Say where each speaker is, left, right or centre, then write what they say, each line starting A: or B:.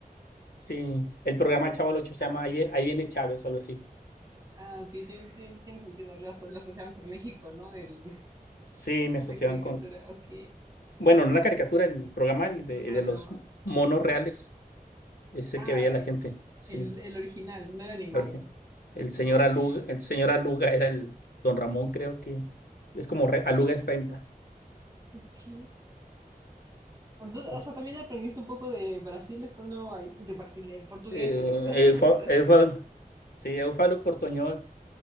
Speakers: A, on the left (about 80°); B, on the right (about 25°).
A: sí, el programa El Chavo del Ocho se llama Ahí vie- Ahí viene Chávez o algo así.
B: Ah, ok, tiene, sí, tiene sentido. Lo, aso- lo asociaban con México, ¿no? El,
A: Sí,
B: pues,
A: me asociaban
B: la caricatura,
A: con,
B: ok.
A: Bueno, no la caricatura, el programa el de,
B: El programa.
A: de los monos reales es
B: Ah,
A: el que veía la gente, sí,
B: el, el original, no el animado.
A: la origen. El
B: <laughs>
A: señor Aluga, el señor Aluga era el don Ramón, creo que es como re- Aluga es renta.
B: Ok. Entonces,
A: Es-
B: o sea, también aprendiste un poco de Brasil estando ahí, de Brasil, de portugués,
A: eh,
B: este, <laughs> estando
A: Eufa-
B: en Brasil.
A: Eufa- sí, yo hablo portoñol,